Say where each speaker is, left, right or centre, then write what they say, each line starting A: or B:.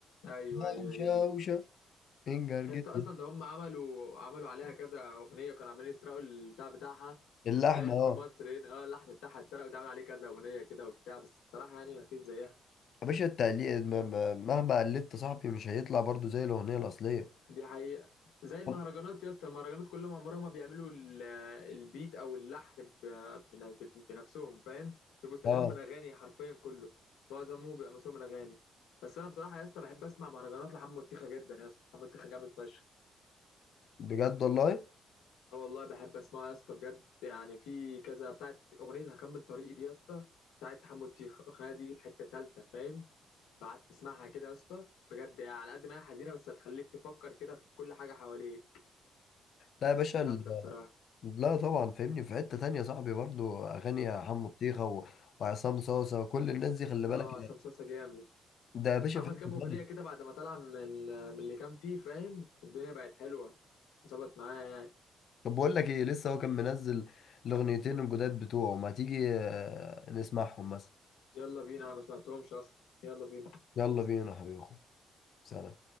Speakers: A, on the left; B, on the left.
A: ايوه
B: شاو
A: ايوه
B: شاو
A: هي دي
B: شاو انجر جدا
A: يا اسطى اصلا ده هم عملوا عملوا عليها كذا اغنيه وكانوا عاملين يسرقوا البتاع بتاعها
B: اللحن
A: فاهم
B: اه
A: في مصر هنا اه اللحن بتاعها اتسرق واتعمل عليه كذا اغنيه كده وبتاع بس بصراحه يعني ما فيش زيها
B: يا باشا التقليد ما- ما- مهما قلدت صاحبي مش هيطلع برضو زي الاغنيه الاصليه
A: دي حقيقة زي المهرجانات
B: <laughs>
A: يا اسطى المهرجانات كلهم عمرهم ما بيعملوا ال- البيت او اللحن ب- بن- بنفسهم فاهم بيبقوا سارقينه
B: اه
A: من اغاني حرفيا كله معظمه بيبقى مسروق من اغاني بس انا بصراحة يا اسطى بحب اسمع مهرجانات لحمو الطيخة جدا يا اسطى حمو الطيخة جامد فشخ
B: بجد والله
A: اه والله بحب اسمعه يا اسطى بجد يعني في كذا بتاعت اغنية هكمل طريقي دي يا اسطى بتاعت حمو الطيخة الاغنية دي في حتة تالتة فاهم لو قعدت تسمعها كده يا اسطى بجد يعني على قد ما هي حزينة بس هتخليك تفكر كده في كل حاجة حواليك
B: لا يا باشا ال-
A: جامدة بصراحة
B: لا طبعا فاهمني في حته تانية صاحبي برضو اغاني حمو بطيخه و... وعصام صاصه وكل الناس دي خلي بالك
A: اه عصام صاصا جامد
B: ده يا باشا
A: عمل
B: في حته
A: كام اغنيه
B: تانية
A: كده بعد ما طلع من من اللي كان فيه فاهم الدنيا بقت حلوه ظبط معايا يعني
B: طب بقول لك ايه لسه هو كان منزل الاغنيتين الجداد بتوعه ما تيجي آه، نسمعهم مثلا
A: يلا بينا انا ما سمعتهمش اصلا يلا بينا
B: يلا بينا يا حبيبي اخو سلام